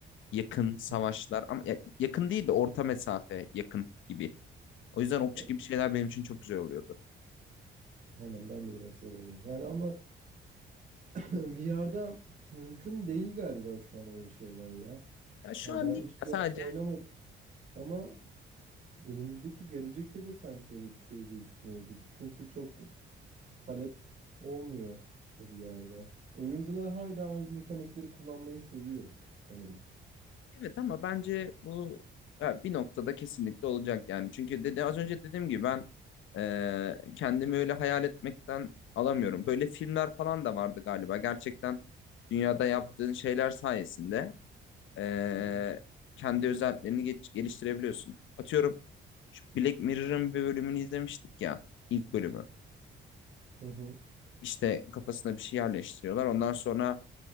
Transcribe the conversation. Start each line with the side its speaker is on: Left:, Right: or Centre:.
Left: yakın savaşlar
Right: Hı.
Left: ama ya- yakın değil de orta mesafe yakın gibi. O yüzden okçu
Right: Evet.
Left: gibi şeyler benim için çok güzel oluyordu.
Right: Aynen ben de öyle severim. Yani ama <clears throat> VR'da mümkün değil galiba şu an öyle şeyler ya.
Left: Ya şu
Right: Yani
Left: an
Right: ben
Left: değil
Right: hiç
Left: ya
Right: VR
Left: sadece
Right: oynamadım ama önümüzdeki gelecekte de sanki öyle bir şey gözükmüyor gibi. Çünkü çok talep olmuyor da bir yerde. Oyuncular hala aynı mekanikleri kullanmayı seviyor sanırım.
Left: Evet ama bence bu ya bir noktada kesinlikle olacak yani. Çünkü dedi, az önce dediğim gibi ben e, kendimi öyle hayal etmekten alamıyorum. Böyle filmler falan da vardı galiba. Gerçekten dünyada yaptığın şeyler sayesinde e,
Right: Hı hı.
Left: kendi özelliklerini geç- geliştirebiliyorsun. Atıyorum şu Black Mirror'ın bir bölümünü izlemiştik ya ilk bölümü.
Right: Hı hı.
Left: İşte kafasına bir şey yerleştiriyorlar. Ondan sonra